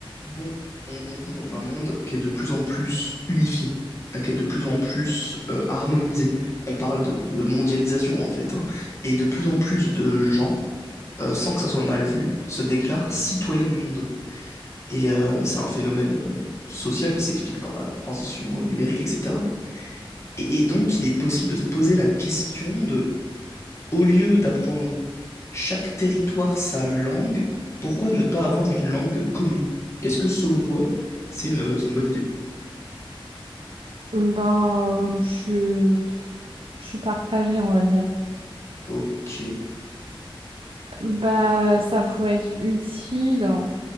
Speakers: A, on the left; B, on the right.
A: Bon, on, on vit dans un monde qui est de plus en plus unifié, euh, qui est de plus en plus euh, harmonisé. On parle de, de mondialisation en fait, hein. Et de plus en plus de gens, euh, sans que ça soit mal vu, se déclarent citoyens du monde. Et euh, c'est un phénomène euh, social qui s'explique par la transition euh, numérique, etc. Et, et donc, il est possible de se poser la question de, au lieu d'apprendre chaque territoire sa langue, pourquoi ne pas avoir une langue commune? Est-ce que selon toi, c'est une, c'est une bonne idée?
B: Ben, euh, je suis, je suis partagée, on va dire.
A: Ok.
B: Bah, ça pourrait être utile,